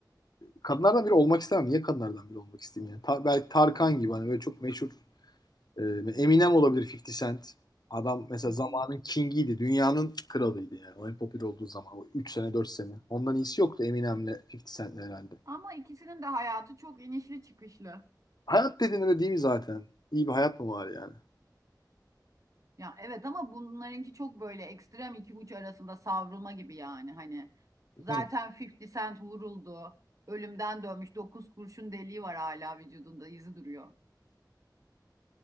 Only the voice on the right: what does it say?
Hmm.
Ama ikisinin de hayatı çok inişli çıkışlı.
Ya evet ama bunlarınki çok böyle ekstrem iki uç arasında savrulma gibi yani hani zaten
50 Cent vuruldu. Ölümden dönmüş 9 kurşun deliği var hala vücudunda izi duruyor.